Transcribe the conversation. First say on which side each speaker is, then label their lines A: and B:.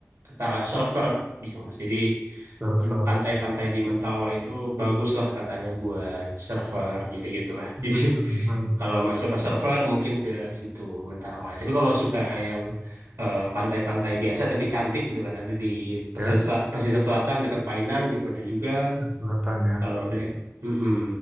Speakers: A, on the right (about 80°); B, on the right (about 30°).
A: para server gitu Mas. Jadi
B: Server.
A: em, pantai-pantai di Mentawai itu bagus lah katanya buat server gitu-gitulah. <laughs>
B: Mhm.
A: Jadi kalau masuk ke server mungkin ke situ Mentawai. Tapi kalau suka yang eh, pantai-pantai biasa tapi cantik gitu kan ada di pesisir,
B: Ya,
A: sel- pesisir selatan dekat Painan gitu ada juga
B: selatan ya.
A: kalau ada mm